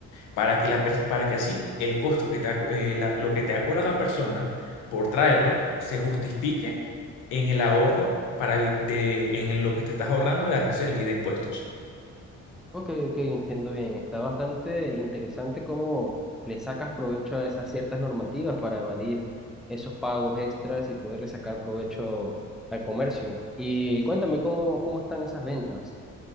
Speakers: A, on the left (about 85°); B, in the centre.
A: para que, la, pers- para que así el costo que te ha co- eh, la- lo que te ha cobrado la persona por traerlo se justifique en el ahorro para evi- de, en lo que te estás ahorrando de aranceles y de impuestos.
B: Ok, ok, entiendo bien. Está bastante interesante cómo le sacas provecho a esas ciertas normativas para evadir esos pagos extras y poderle sacar provecho al comercio. Y cuéntame cómo, cómo están esas ventas.